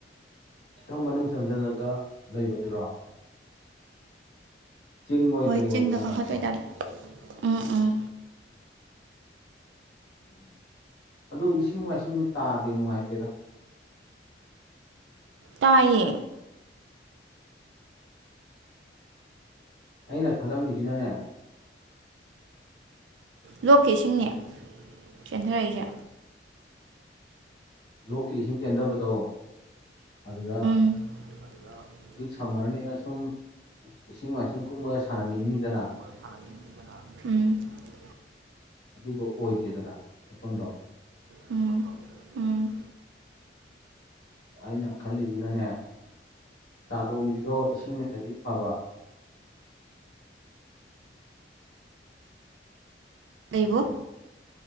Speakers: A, on the left (about 75°); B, on the right (about 85°).
A: ꯈꯤꯇꯪ ꯃꯅꯨꯡ ꯆꯪꯁꯤꯜꯂꯒ ꯂꯩꯕꯗꯨꯔꯣ ꯆꯤꯡ ꯑꯣꯏ
B: ꯍꯣꯏ
A: ꯀꯔꯤ ꯑꯣꯏ
B: ꯆꯤꯡꯗ
A: ꯇꯧꯅꯕꯗꯣ
B: ꯀꯥꯈꯠꯇꯣꯏꯇꯥꯔ ꯎꯝ ꯎꯝ
A: ꯑꯗꯨ ꯏꯁꯤꯡ ꯃꯥꯏꯁꯤꯡꯁꯨ ꯇꯥꯗꯦ ꯅꯨꯡꯉꯥꯏꯇꯦꯗ
B: ꯇꯥꯏꯌꯦ
A: ꯑꯩꯅ ꯈꯜꯂꯝꯃꯤꯁꯤꯅꯅꯦ
B: ꯂꯣꯛꯀꯦꯁꯤꯡꯅꯦ ꯆꯦꯟꯊꯔꯛꯏꯁꯦ
A: ꯂꯣꯛꯀꯤ ꯏꯁꯤꯡ ꯆꯦꯟꯗꯕꯗꯣ ꯑꯗꯨꯗ
B: <unintelligible>
A: ꯍꯧꯖꯤꯛ ꯁꯝꯃꯔꯅꯤꯅ ꯁꯨꯝ ꯏꯁꯤꯡ ꯃꯥꯏꯁꯤꯡ ꯀꯨꯝꯃꯒ ꯁꯥꯟꯅꯅꯤꯡꯉꯅꯤꯤꯗꯅ
B: ꯁ ꯎ
A: ꯑꯗꯨꯗꯣ ꯑꯣꯏꯗꯦꯗꯗꯥ ꯋꯥꯈꯐꯝꯗꯣ
B: ꯎꯝ ꯎꯝ
A: ꯑꯩꯅ ꯈꯜꯂꯤꯁꯤꯅꯅꯦ ꯆꯥꯗꯣꯡꯒꯤꯗꯣ ꯏꯁꯤꯡꯅꯗꯗꯤ ꯐꯕ
B: ꯑꯕꯨꯣ